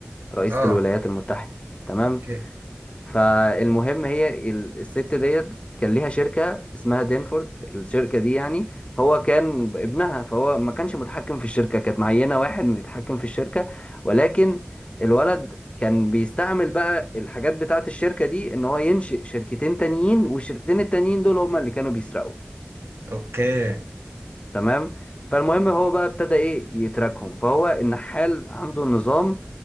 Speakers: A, on the left; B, on the right.
A: رئيسه
B: اه
A: الولايات المتحده تمام
B: اوكي
A: فالمهم هي ال- الست ديت كان ليها شركة اسمها دينفورد الشركة دي يعني هو كان ابنها فهو ما كانش متحكم في الشركة كانت معينة واحد إنه يتحكم في الشركة ولكن الولد كان بيستعمل بقى الحاجات بتاعة الشركة دي ان هو ينشئ شركتين تانيين والشركتين التانيين دول هما اللي كانوا بيسرقوا
B: اوكي
A: تمام فالمهم هو بقى ابتدى ايه يتراكهم فهو النحال عنده نظام